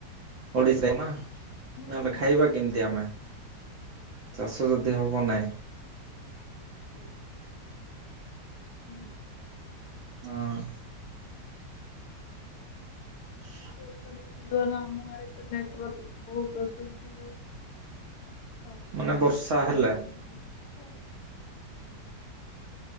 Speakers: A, on the right; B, on the left.
A: ଓଡିଶ ରେ ବନା।
B: ହୁଁ
A: ନହେଲେ ଖାଇବା କେମିତି ଆମେ ଚାଷ ଯଦି ହବ ନହିଁ ‌।
B: ଠିକ୍ ଠିକ୍ ହୁଁ।
A: ଅଁ। ହଁ
B: ବର୍ଷା ଋତୁ ଦ୍ଵାରା ଆମ ଆଡେ ତ ନେଟୱାର୍କ ର ବହୁତ ଅସୁବିଧା ରହୁଛି। ତାପରେ
A: ମାନେ
B: ଲାଇଟ
A: ବର୍ଷା
B: ରେ
A: ହେଲେ
B: ଅସୁବିଧା ଆଉ ଆଜ୍ଞା ଆଜ୍ଞା।